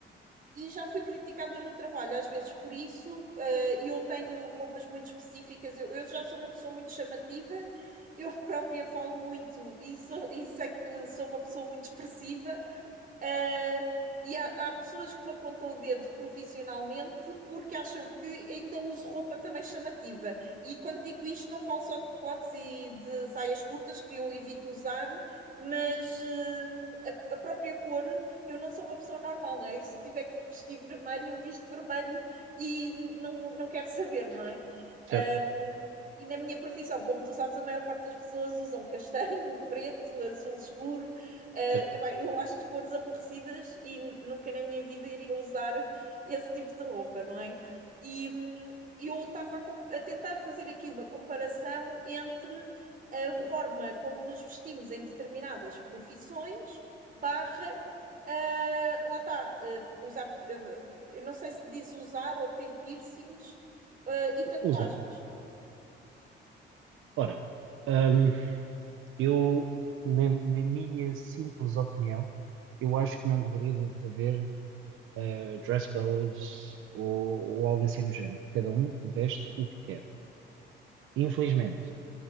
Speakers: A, on the right; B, on the right.
A: e já fui criticada no trabalho, às vezes por isso, eh, e eu tenho roupas muito específicas, eu, eu já sou uma pessoa muito chamativa, eu <laughs> própria falo muito e, sou- e sei que sou uma pessoa muito expressiva, Uh, e há, há pessoas que me apontam o dedo profissionalmente porque acham que ainda uso roupa também chamativa. E quando digo isto, não falo só de decotes e de saias curtas, que eu evito usar, mas uh, a, a própria cor, eu não sou uma pessoa normal, não é? Se tiver que vestir vermelho, eu visto vermelho e não, não quero saber, não é?
B: certo,
A: Um, e na minha profissão, como tu sabes, a maior parte das pessoas usam castanho, preto, azul escuro, eh,
B: certo.
A: epá, eu acho cores aborrecidas e nunca na minha vida iria usar esse tipo de roupa, não é? E hum, eu estava a, com- a tentar fazer aqui uma comparação entre a forma como nos vestimos em determinadas profissões, barra, ah, lá está, ah, usar, ah, eu não sei se diz usar ou ter piercings, ah, e tatuagens.
B: Usar. Ora, hum, eu, na, na minha simples opinião, eu acho que não deveria de, de haver eh, dress codes ou, ou algo assim do género. Cada um veste o que quer. Infelizmente,